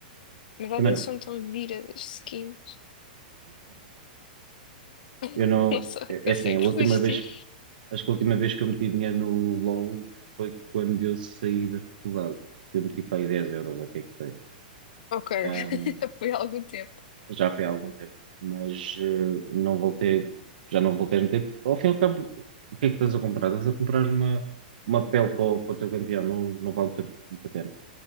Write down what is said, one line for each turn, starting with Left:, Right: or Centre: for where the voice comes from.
Left: Mas às
Right: Também
Left: vezes
Right: não.
Left: são tão giras as skins.
Right: Eu
Left: <laughs>
Right: não.
Left: Não sei,
Right: É
Left: consegue
Right: é assim, a última
Left: resistir.
Right: vez. Acho que a última vez que eu meti dinheiro no LOL foi quando eu saí da faculdade. Eu meti para aí 10 euros, ok que é que
Left: Ok,
Right: foi?
Left: <laughs> foi há algum tempo.
Right: já foi há algum tempo, mas eh, não voltei, já não voltei a meter, porque ao fim e ao cabo, o que é que estás a comprar? Estás a comprar uma, uma pele para o, para o teu campeão, não, não vale muito, a muito a pena.